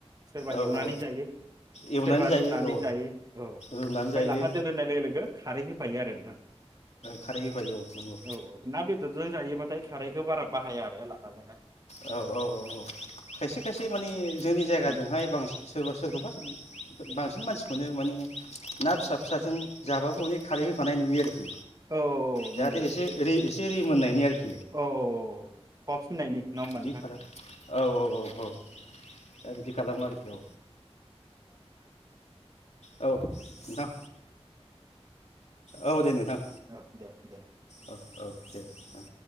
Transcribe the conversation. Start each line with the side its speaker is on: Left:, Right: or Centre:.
Right: सोरबा
Left: औ
Right: एवनानै
Left: औ
Right: जायो
Left: एवनानै
Right: सोरबा
Left: जायो
Right: रुनानै
Left: औ
Right: जायो औ
Left: रुनानै
Right: ओमफाय
Left: जायो
Right: लाफा दोलोननाय लोगो लोगो खारै होफायो आरो नोंथां
Left: खारै होफायो औ नंगौ
Right: औ औ ना बेदरजों जायोबा खारैखो बारा बाहाया आरो लाफाजोंहाय।
Left: औ औ औ औ खायसे खायसे माने जोंनि जायगाजोंहाय
Right: उम
Left: बांसिन सोरबा सोर सोरखौबा बांसिन मानसिखौनो माने ना फिसा फिसाजों जाबाबो अनेक खारै होफानाय नुयो आरो।
Right: औ औ
Left: जाहाथे
Right: नंगौ
Left: एसे ओरै एसे रिमोननाय। <inaudible>
Right: औ औ औ अ फुननायनि नङा होमबा
Left: बिदि
Right: नोंथां
Left: खालाम औ औ दा बिदि खालामो आरोखि औ औ नोंथां औ दे नोंथां
Right: औ दे दे।
Left: औ औ दे ओं